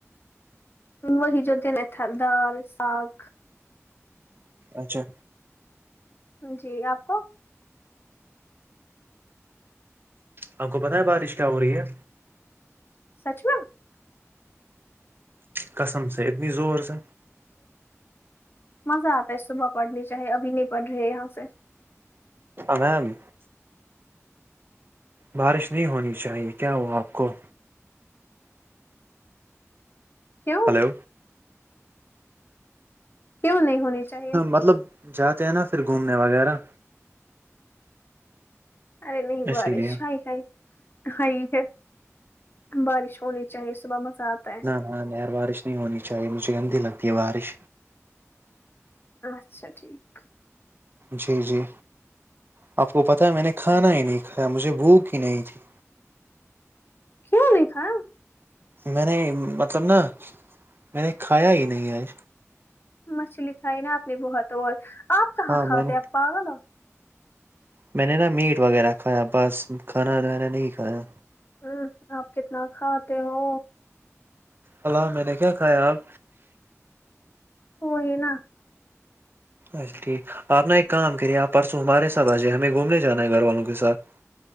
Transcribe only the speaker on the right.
اچھا
آپ کو پتہ ہے بارش کیا ہو رہی ہے
قسم سے اتنی زور سے
میم بارش نہیں ہونی چاہیے کیا ہوا آپ کو
ہلو
مطلب جاتے ہیں نا پھر گھومنے وغیرہ
اسی
لیے
ہاں نہر بارش نہیں ہونی چاہیے مجھے گندی لگتی ہے بارش
جی جی آپ کو پتہ ہے میں نے کھانا ہی نہیں کھایا مجھے بھوک ہی نہیں تھی
میں نے مطلب نہ میں نے کھایا ہی نہیں ہے
ہاں
میں نے
میں نے نہ میٹ وغیرہ کھایا بس کانا وانا نہیں کھایا
اللہ میں نے کیا کھایا اب
اچھا ٹھیک آپ نہ ایک کام کریے آپ پرسوں ہمارے ساتھ آ جائیے ہمیں گھومنے جانا ہے گھر والوں کے ساتھ